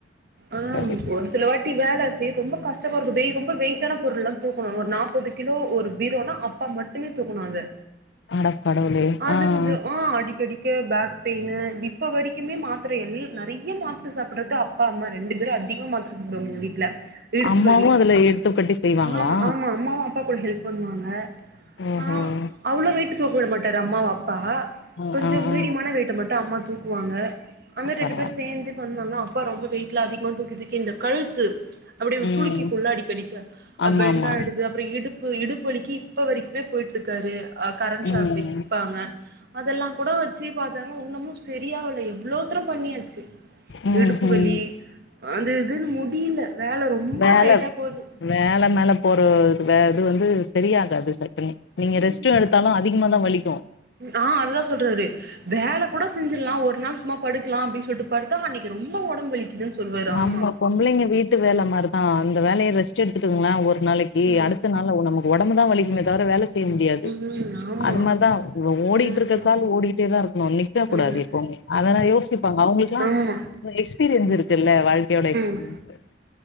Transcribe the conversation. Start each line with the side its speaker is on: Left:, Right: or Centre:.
Right: ஆம்
Left: சரி சரி
Right: ஒரு சில வாட் தி வேல செய் ரொம்ப கஷ்டமா இருக்கு டேய் ரொம்ப வெய்ட்டான பொருள்லா தூக்கணும ஒரு நாப்பது கிலோ ஒரு பீரோனா அப்பா மட் டுமே தூக்குணு அத
Left: அடக்கடவுளே
Right: அது
Left: ஆ
Right: கொஞ்சோ
Left: ஆ
Right: ஆ அடிக்கடிக்கே பேக் பெயினு இப்ப வரைக்குமே மாத்திர எல் நிறைய மாத்திர சாப்பிடுறது அப் அப்பா அம்மா ரெண்டு பேரு அதிகமாம் மாத்ர சப்புடுவாங்க எங்க வீட்ல இடுப்பு
Left: அம்மாவு
Right: வலி
Left: அதுல எடுத்து கட்டி செய்வாங்களா
Right: ஆமா ஆமா அம்மாவு அப்பா கூட ஹெல்ப் பண்ணுவாங்க
Left: ம்
Right: ஆ
Left: ம்
Right: அவ்ளோ வெயிட் தூக்க விட மாட்டாரு அம்மாவ அப்பா
Left: ஆ
Right: கொஞ்சோ
Left: ஆ
Right: மீடியமான
Left: ஆ
Right: வெயிட்ட மட்டு அம்மா தூக்குவாங்க அம்மே ரெண்டு
Left: பரவால்ல
Right: பேரு சேந்து பண் <unintelligible> பா ரொம்ப வெயிட்லா அதிக்னுன் தூக்கி தூக் இந்த கழுத்து அப்டியே
Left: ம்
Right: சுளிக்கிகுல அடிக்கடி
Left: ஆமா
Right: பெண்டாயிடுது
Left: ஆமா
Right: அப்றோ இடுப்பு இடுப்பு வலிக்கு இப்ப வரைக்குமே போயிட்ருக்காரு ஆ கரண்ட் ஷாக்
Left: ம்
Right: வெப்பாங்க அதெல்லா கூட வெச்சு பாத்தாங்க உன்னுமு சரியாவல எவ்ளோத்தர பண்ணியாச்சு
Left: ம்
Right: இடுப்பு
Left: ம்
Right: வலி அந்த இதுன்னு முடியல வேல ரொம்ப
Left: வேல
Right: டைட்டா போது
Left: வேல மேல போற இது வந்து சரியாகாது சட்டினு நீங்க
Right: ம்
Left: ரெஸ்ட்டு எடுத்தாலு அதிக் ம்மா தா வலிக்கு
Right: ஆ அதுதா சொல்றாரு வேல கூட செஞ்சிடலா ஒரு நாள் சும்மா படுக்கலா அப்டின்னு சொல்லிட்டு பாடுத்தா அன்னைக்கி ரொம்ப ஒடம்பு வலிக்குதுன்னு சொல்லுவாரு
Left: நம்ம
Right: ஆமா
Left: பொம்பளைங்க வீட்டு வேல மாரிதா அந்த வேலய ரெஸ்ட் எடுத்துகுங்ளா ஒரு நாளைக்கு டே
Right: ம்
Left: அடுத்த நாள்ல உ நமக்கு ஒடம்புதா வலிக்குமே தவர வேல செய்ய முடியாது
Right: ம் ஆமா
Left: அது மாரிதா இ ஓடிட்டு
Right: ம்
Left: இருக்கக்கா ஓடிட்டேதா இருக்கணு நிக்க கூடாது
Right: ம் ம்
Left: எப்பவுமே அதெல்லா யோசிப்பாங்க அவங்களுக்கெல்லா
Right: ஆமா
Left: எக்ஸ்பீரியன்ஸ் இருக்கு வாழ்க்கையோட எக்ஸ்பீரிமென்ஸே
Right: ம்